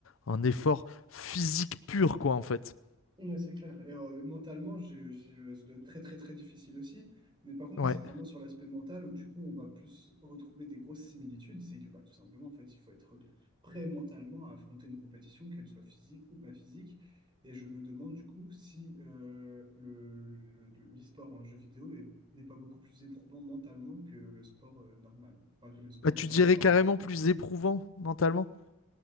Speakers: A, on the left; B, on the right.
A: en effort physique pur, quoi, en fait.
B: Ouais, c'est clair. Et euh, mentalement, je, je, ça doit être très, très, très difficile aussi. Mais par contre,
A: Ouais.
B: c'est vraiment sur l'aspect mental où, du coup, on va plus retrouver des grosses similitudes. C'est que, bah, tout simplement, en fait, il faut être prêt mentalement à affronter une compétition, qu'elle soit physique ou pas physique. Et je me demande, du coup, si euh, le, le- le- l'e-sport en jeu vidéo est- n'est pas beaucoup plus éprouvant mentalement que le sport euh, normal, enfin, que le sport
A: Bah, tu
B: comme
A: dirais
B: on l'entend.
A: carrément plus éprouvant mentalement,